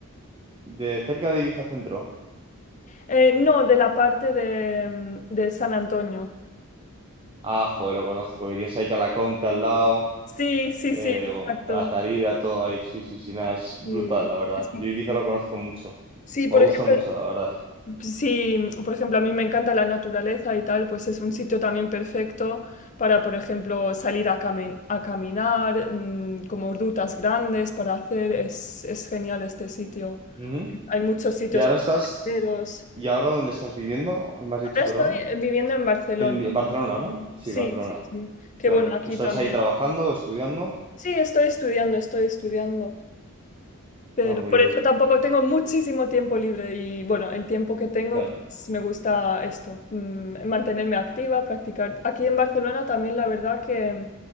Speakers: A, on the right; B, on the left.
A: De cerca de Ibiza Centro.
B: Eh, no, de la parte de, mm, de San Antonio.
A: Ah, joder, lo conozco. Que tienes ahí Calaconte al lado.
B: Sí, sí,
A: Eh,
B: sí, exacto.
A: bueno, Calatarida, todo ahí. Sí, sí, sí, nada, es brutal,
B: Sí,
A: la verdad.
B: Es-
A: Yo Ibiza lo conozco mucho.
B: sí,
A: Me
B: por
A: gusta
B: ejemplo,
A: mucho, la verdad.
B: Si, por ejemplo, a mí me encanta la naturaleza y tal, pues es un sitio también perfecto para, por ejemplo, salir a, cami- a caminar, mm, como rutas grandes para hacer. Es, es genial este sitio.
A: Ujú.
B: Hay muchos sitios
A: Y ahora estás.
B: senderos.
A: ¿Y ahora dónde estás viviendo? ¿Me has dicho,
B: Ahora
A: perdona?
B: estoy eh, viviendo en Barcelona.
A: En Barcelona, ¿no? Sí,
B: Sí,
A: Barcelona.
B: sí, sí. Qué
A: Claro.
B: bueno, aquí
A: Pero estás
B: también.
A: ahí trabajando, estudiando.
B: Sí, estoy estudiando, estoy estudiando. Pero
A: Ah, muy
B: por
A: bien.
B: eso tampoco tengo muchísimo tiempo libre y bueno, el tiempo que tengo,
A: Claro.
B: pues me gusta esto, mm, mantenerme activa, practicar. Aquí en Barcelona también la verdad que